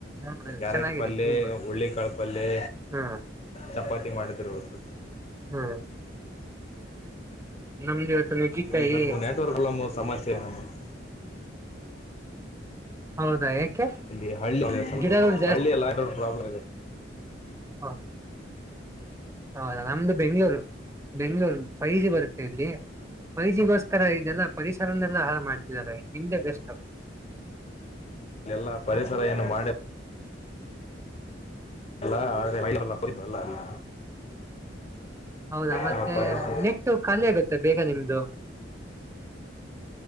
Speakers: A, on the right; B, on the left.
A: ಹ್ಮ್
B: ಕ್ಯಾರೆಟ್
A: ಚೆನ್ನಾಗಿದೆ
B: ಪಲ್ಯ
A: ತಿನ್ಬೋದು
B: ಹುಳ್ಳಿಕಾಳ ಪಲ್ಯ
A: ಹ್ಮ್
B: ಚಪಾತಿ ಮಾಡಿದರು ಇವತ್ತು
A: ಹ್ಮ್ ನಮ್ದು ಇವತ್ತು ನುಗ್ಗಿಕಾಯಿ
B: ಇಲ್ಲಿ ಸ್ಲ್ಪು ನೆಟ್ವರ್ಕ್ಗಳಮ್ಮ ಸಮಸ್ಯೆ ಇದೆ ನಮಗೆ <inaudible>
A: ಹೌದಾ ಯಾಕೆ
B: ಇಲ್ಲಿ ಹಳ್ಳಿ ಸ್ವಲ್ಪ
A: ಗಿಡಗಳು
B: ಹಳ್ಳಿ ಲ ಪ್ರಾಬ್ಲಮ್ ಆಗ
A: ಹಾ ಹೌದಾ ನಮ್ದು ಬೆಂಗ್ಳೂರು ಬೆಂಗ್ಳೂರು ಫೈವ ಜಿ ಬರುತ್ತೆ ಇಲ್ಲಿ ಫೈವ ಜಿ ಬಸ್ ಈರ ಇದೆಲ್ಲಾ ಪರಿಸರಲ್ಲ ಹಾಳ ಮಾಡ್ತಿದ್ದಾರೆ ನಿಮ್ದೆ ಬೆಸ್ಟ್ ಹ
B: ಎಲ್ಲಾ ಪರಿಸರ ಏನು ಮಾಡಿದ ಲ್ಲ ಆ ಮೈ ಎಲ್ಲ ಪ್ರಡಿಮ ಇಲ್ಲ ಅಲ್ಲಿ
A: ಹೌದಾ ಮತ್ತೆ
B: ನಾವು ಪರಿಸರ
A: ನೆಟ್ಟು ಖಾಲಿ ಆಗುತ್ತೆ ಬೇಗ ನಿಮ್ದು